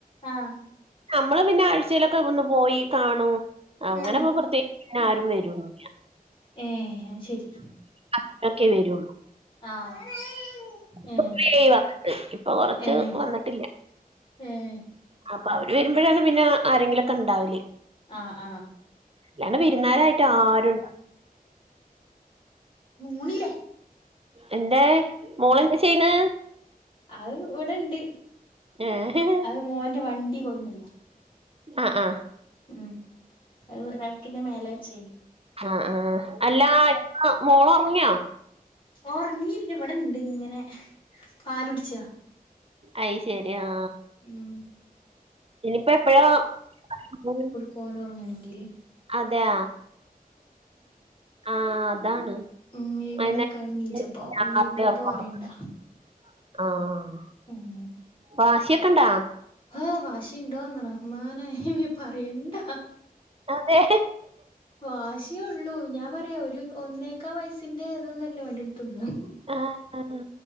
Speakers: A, on the left; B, on the right.
A: ആഹ
B: നമ്മള് പിന്നെ ആഴ്ചയിലൊക്കെ ഒന്ന് പോയികാണൂം. അങ്ങനെപ്പോ
A: ഉം
B: പ്രത്യേകി പിന്ന ആരും വരൂല്ല്യ.
A: ഏഹെ അത് ശെരി
B: അത്രൊക്കെ വരുള്ളൂ.
A: ആഹ്
B: പ്പൊ
A: ഏഹ്
B: കോറെ ആയിവന്നിട്ട്. ഇപ്പൊ കൊറച്ച്
A: ഏഹ്
B: വന്നിട്ടില്ല.
A: ഏഹ്
B: അപ്പൊ അവര് വരുമ്പോഴാണ് പിന്നെ ആരെങ്കിലും ഓക്കെണ്ടാവല്.
A: ആഹ് ആഹ്
B: അല്ലാണ്ട വിരുന്നാരായിട്ട് ആരുണ്ട
A: മൂണിലേ
B: അന്റെ മോള് താചെയ്യണ്.
A: അഹ് ഇവിടെ ഇണ്ട്.
B: ഏഹ്
A: അഹ് മോന്റെ വണ്ടി കൊട്ന്ന്ടില്ല.
B: അഹ അഹ
A: ഉം അത് റാക്കിന്റെ മേലെ വച്ചേന്
B: ആഹ് ആഹ് അല്ല മോളൊറങ്ങിയോ?
A: ഉറങ്ങില്ല്യ ഇവിടെണ്ട് ഇങ്ങനെ പാലുടിച്ചാ.
B: അയ്ശരി ആ
A: ഉം
B: ഇനിപ്പോ എപ്പഴാ <unintelligible>
A: കോനൊറങ്ങണെങ്കില്
B: അതെയ ആഹ് അതാണ്
A: ഉം
B: <unintelligible>
A: ഏഴ് മണിയൊക്കെ ആയി എണീച്ചപ്പോ ഇനിയിപ്പോ ഇപ്പൊ പറയണ്ട
B: ആഹ്
A: ഉം
B: വാശിയൊക്കെ ഒണ്ടാ?
A: ആഹ് വാശിണ്ടോ റഹ്മാനേന്ന് പറയണ്ട.
B: അതെ
A: വാശിയേ ഒള്ളൂ ഞാൻ പറയാ ഒരു ഒന്നേക്കാ വയസിന്റെ ഇതൊന്നല്ലാ ഓന്റെടുത്തുള്ളെ
B: ആഹ് ആഹ്